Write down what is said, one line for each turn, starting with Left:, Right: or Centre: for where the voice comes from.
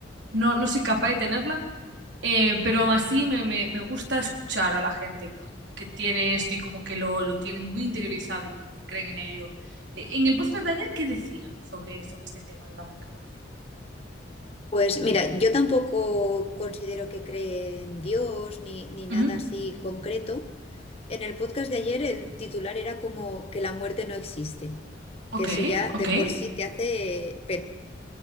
Right: no, no soy capaz de tenerla, eh, pero aún así me, me- me gusta escuchar a la gente que tiene esto y como que lo, lo tienen muy interiorizado y como que creen en ello. Eh, En el podcast de ayer, ¿qué decían sobre, sobre este tema de la reencarnación?
Left: Pues mira, yo tampoco considero que cree en Dios ni, ni nada
Right: Ujú.
Left: así concreto, En el podcast de ayer el titular era como que la muerte no existe,
Right: Ok,
Left: que eso ya
Right: ok.
Left: de por sí te hace pe-